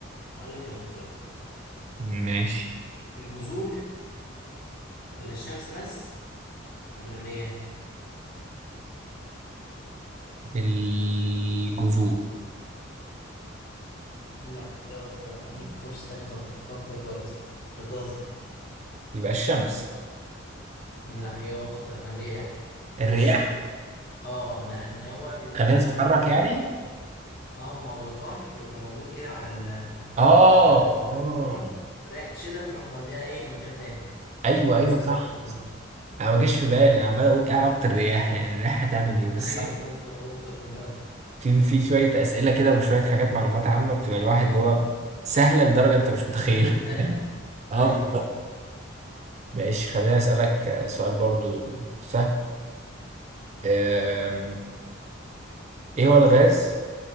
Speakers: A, on the left (about 50°); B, on the right (about 35°).
A: اقول لك الاختيارات
B: ماشي
A: الجذور ولا الشمس بس ولا الرياح
B: الجذور
A: لا إجابة خاطئة أديك فرصة تانية تفكر فكر كويس تكاثر
B: يبقى الشمس
A: لا إجابة خاطئة الرياح
B: الرياح
A: بص اه لأن هو بيبقى
B: خليها
A: اللي هو
B: تتحرك
A: ال...
B: يعني
A: اه ما هو اللقاح بيبقى موجود كده على ال...
B: اه
A: على النبات
B: اه
A: من بره الرياح تشيلها تروح موديها ايه لمكان تاني
B: ايوه
A: فتسلم
B: ايوه صح
A: على التكاثر.
B: انا ما جاش في بالي انا عمال اقول ايه علاقه الرياح يعني الرياح هتعمل
A: <laughs>
B: ايه بس
A: ايوه
B: صح
A: انا استغربت برضه في الأول
B: في في شويه اسئله كده وشويه حاجات معلومات عامه بتبقى الواحد اللي هو سهله لدرجه انت مش متخيلها
A: هل ممتنع
B: <laughs> اه
A: ايوه
B: بالظبط ماشي خليني اسالك آه، سؤال برضو سهل آم، ايه هو الغاز